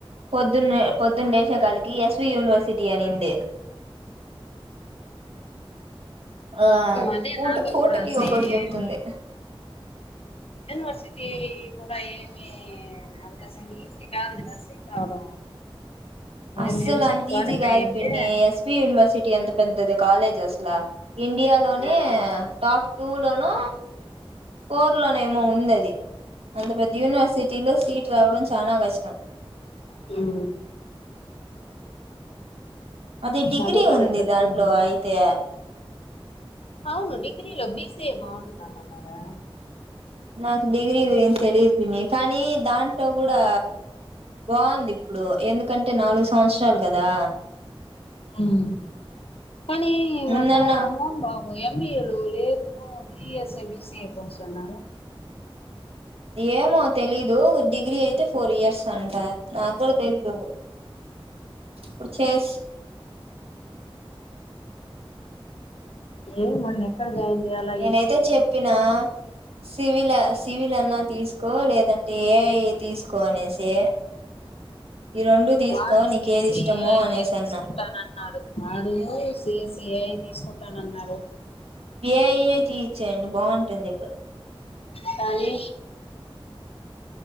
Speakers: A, on the right; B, on the left.
A: పొద్దున్నే పొద్దున్నే లేచినకానుంచి ఎస్వి యూనివర్సిటీ అనింది ఆ
B: అదే
A: పూట
B: నాతో
A: పూటకి
B: కూడా సేమ్
A: ఒక్కటి చెప్తుంది.
B: యూనివర్సిటీ కూడా ఏమి అంత ఈజీ కాదు కదా సిట్ రావడం మేము
A: అస్సలు
B: ఎంసెట్
A: అంత
B: క్వాలిఫై
A: ఈజీ కాదు
B: అయింటే
A: పిన్ని ఎస్ వి యూనివర్సిటీ అంత పెద్దది కాలేజెస్ ఇండియా లోనే
B: ఆ
A: టాప్ టూ లోనో ఫోర్ లోనే ఏమో ఉన్నది. అంత పెద్ద యూనివర్సిటీలో సీట్ రావడం చానా కష్టం.
B: హ్
A: అది డిగ్రీ
B: అదే కదా
A: ఉంది
B: చెప్ప
A: దాంట్లో
B: నేను
A: అయితే
B: అవును డిగ్రీలో బి సీ ఏ బాగుంటుంది. అంటున్నారు
A: నాకు డిగ్రీ ఇది ఎమ్ తెలియదు. పిన్ని కానీ దాంట్లో కూడా బాగుంది ఇప్పుడు ఎందుకంటే నాలుగు సంవత్సరాలు కదా
B: హ్మ్ కానీ ఈగ
A: ముందన్న
B: అక్కడ అమ్మమో ఎం బి ఏలు లేదు three years B C A course అన్నారూ
A: ఏమో తెలీదు డిగ్రీ అయితే ఫోర్ ఇయర్స్ అంట నాకు కూడా తెలీదు ఇప్పుడు చేస్
B: ఏమోనే ఎక్కడ జాయిన్ చెయ్యాలె
A: నేనైతే చెప్పినా సివిల్ సివిల్ అన్న తీసుకో లేదంటే ఏఐ తీసుకో అనేసి ఈ రెండు తీసుకో
B: వాడు
A: నీకు
B: సి ఏస్
A: ఏది
B: సి
A: ఇష్టమో
B: ఏఐ
A: అనేసి
B: తీసుకుంటానన్నాడు.
A: అన్నా
B: వాడు సి ఎస్ సి ఏఐ తీసుకుంటా కుంటా నన్నాడు
A: ఏఐ తీచేయండి బాగుంటుంది ఇప్పుడు
B: కానీ